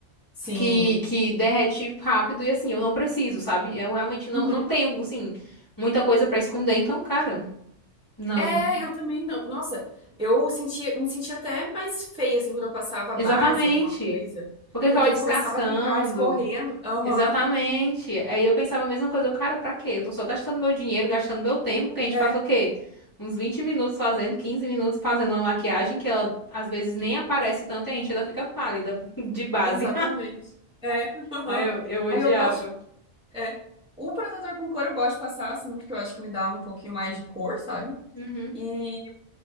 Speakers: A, in the centre; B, on the left (about 20°).
A: sim.
B: que, que derrete rápido e assim, eu não preciso, sabe? Eu realmente não,
A: <laughs>
B: não tenho, assim, muita coisa pra esconder, então, cara, não.
A: É, eu também não. Nossa, eu sentia, me sentia até mais feia, assim, quando eu passava
B: Exatamente.
A: a base, alguma coisa.
B: Porque eu
A: Porque
B: ficava descascando.
A: começava a ficar escorrendo. Aham,
B: Exatamente. Aí eu pensava a mesma coisa, eu, cara, pra quê? Eu tô só gastando meu dinheiro, gastando meu tempo, porque a gente
A: é,
B: passa o quê? Uns 20 minutos fazendo, 15 minutos fazendo uma maquiagem que ela às vezes nem aparece tanto e a gente ainda fica pálida <laughs> de base.
A: exatamente. É, <laughs> aham.
B: Aí eu, eu odiava.
A: Aí eu gosto, é. O protetor com cor eu gosto de passar, assim, porque eu acho que me dá um pouquinho mais de cor, sabe?
B: Uhum.
A: E